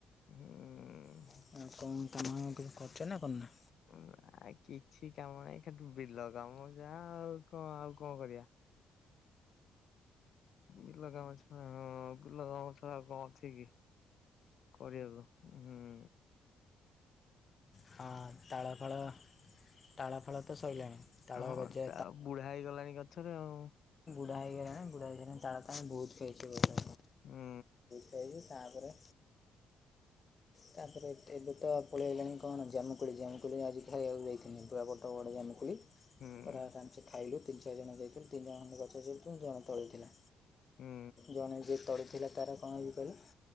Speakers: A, on the left; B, on the left.
A: ହୁଁ।
B: <unintelligible>
A: ନାଁ ଆ କିଛି କାମ ନାହିଁ ଖାଲି ବିଲ କାମ ଯାହା ଆଉ କଣ ଆଉ କଣ କରିବା। ବିଲ କାମ ଅଛି ହଁ ବିଲ କା ଆଉ କଣ ଅଛି କି କରିବାକୁ ହୁଁ
B: ହଁ ତାଳ ଫାଳ ତାଳ ଫାଳ ତ ସରିଲାଣି ତାଳ
A: ହଁ
B: ଗଜା
A: ତାଳ ବୁଢା ହେଇଗଲାଣି ଗଛରେ ଆଉ
B: ବୁଢା ହେଇଗଲାଣି ବୁଢା ହେଇଗଣି ତାଳ ତାଳ ବହୁତ ଖାଇଛୁ ବହୁତ
A: ହୁଁ
B: ଖାଇଛୁ ତା ପରେ ତାପରେ ଏଠେ ବି ତ ପଳେଇଆଇଲାଣି କଣ ଜାମୁକୁଳି ଜାମୁକୁଳି ଆଜି ଖାଇବାକୁ ଯାଇଥିଲି ପୁରା ବଡ଼ ବଡ଼ ଜାମୁକୁଳି।
A: ହୁଁ।
B: ପୁରା ଆରାମସେ ଖାଇଲୁ ତିନି ଚାରି ଜଣ ଯାଇଥିଲୁ ତିନି ଜଣ ଆମେ ଗଛ ଚଢି ଥିଲୁ ଜଣେ ତଳେ ଥିଲା।
A: ହୁଁ
B: ଜଣେ ଯେ ତଳେ ଥିଲା ତାର କଣ ହେଇଚି କହିଲ